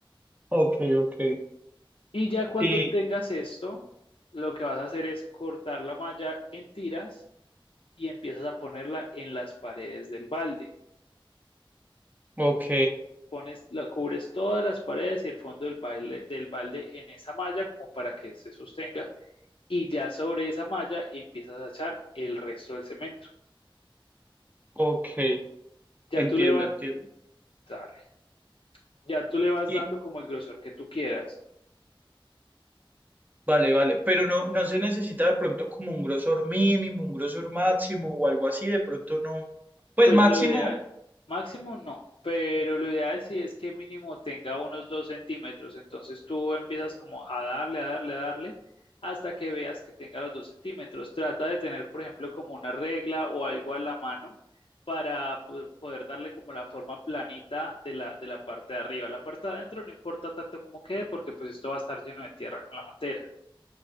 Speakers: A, on the right; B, on the left.
A: Ok, ok.
B: Y ya cuando
A: Y,
B: tengas esto, lo que vas a hacer es cortar la malla en tiras y empiezas a ponerla en las paredes del balde.
A: ok,
B: pones, la, cubres todas las paredes y el fondo del, baile, del balde en esa malla como para que se sostenga y ya sobre esa malla empiezas a echar el resto del cemento.
A: ok.
B: Ya
A: Entiendo,
B: tú le vas,
A: entiendo.
B: dale, ya tú le vas
A: Y,
B: dando como el grosor que tú quieras.
A: vale, vale. Pero no, no se necesita de pronto como un grosor mínimo, un grosor máximo o algo así. De pronto no. Pues
B: Pues
A: máximo,
B: lo ideal, máximo no, pero lo ideal sí es que mínimo tenga unos dos centímetros. Entonces tú empiezas como a darle, a darle, a darle, hasta que veas que tenga los dos centímetros. Trata de tener, por ejemplo, como una regla o algo a la mano para po- poder darle como la forma planita de la, de la parte de arriba. La parte de adentro no importa tanto como quede, porque pues esto va a estar lleno de tierra con la materia